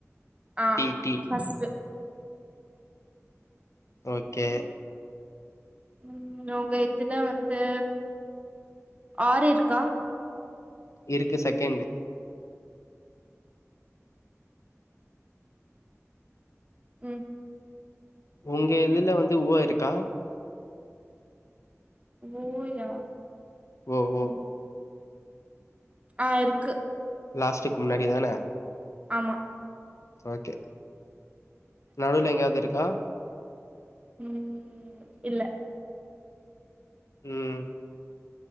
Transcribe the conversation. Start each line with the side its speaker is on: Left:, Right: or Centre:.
Right: ஆ
Left: டி டி
Right: ஃபஸ்ட்டு
Left: ஓகே
Right: ம் உங்க இதுல வந்து ஆர் இருக்கா
Left: இருக்கு செகண்டு
Right: ம்
Left: உங்க இதுல வந்து ஓ இருக்கா
Right: ஓ யா
Left: ஓ ஓ
Right: ம் ஆ இருக்கு
Left: லாஸ்டுக்கு முன்னாடி தான
Right: ஆமா
Left: ஓகே நடுவுல எங்கயாவது இருக்கா
Right: ம் இல்ல
Left: ம்